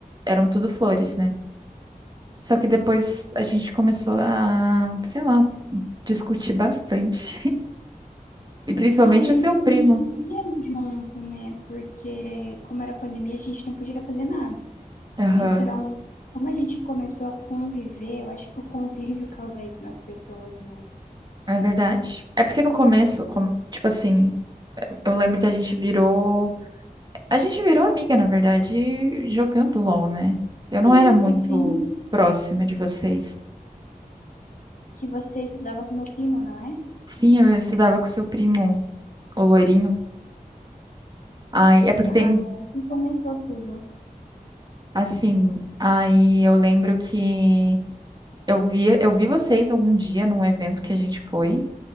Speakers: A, on the right; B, on the left.
A: eram tudo flores, né? Só que depois a gente começou a, sei lá, discutir bastante. <laughs> E principalmente
B: Ah, é
A: o
B: porque
A: seu
B: a
A: primo.
B: gente não ia junto, né? Porque, como era pandemia, a gente não podia fazer nada.
A: Aham,
B: Então, como a gente começou a conviver, eu acho que o convívio causa isso nas pessoas, né?
A: é verdade. É porque no começo, com- tipo assim, Eu lembro que a gente virou. A gente virou amiga, na verdade, jogando LOL, né? Eu não
B: E
A: era
B: Isso,
A: muito
B: assim,
A: próxima de vocês.
B: que você estudava com meu primo, não é?
A: Sim, eu estudava com seu primo, o loirinho. Ai, é porque
B: Ah,
A: tem,
B: e começou tudo.
A: assim, aí eu lembro que eu vi, eu vi vocês algum dia num evento que a gente foi,